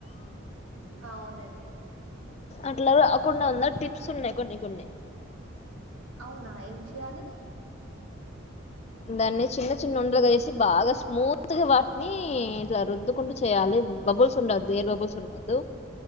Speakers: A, on the right; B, on the left.
A: అవునండి.
B: అట్లా గాకుండా టిప్స్ ఉన్నాయి. కొన్ని కొన్ని
A: అవునా ఏం చేయాలి.
B: దాన్ని చిన్న చిన్న ఉండలుగా చేసి బాగా స్మూత్ వాటిని ఇట్లా రుద్దుకుంటూ చేయాలి. బబుల్స్ ఉండొద్దు ఎయిర్ బబుల్స్ ఉండద్దు